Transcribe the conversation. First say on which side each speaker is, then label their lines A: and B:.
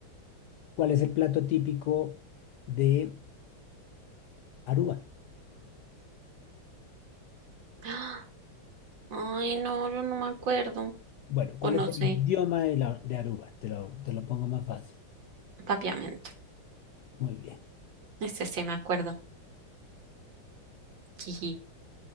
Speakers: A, on the left; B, on the right.
A: ¿Cuál es el plato típico de Aruba?
B: ¡Ah! Ay, no, yo no me acuerdo.
A: Bueno, ¿cuál
B: O no
A: es el
B: sé.
A: idioma de, la- de Aruba? Te lo, te lo pongo más fácil.
B: Papiamento.
A: Muy bien.
B: Este sí me acuerdo. Jiji.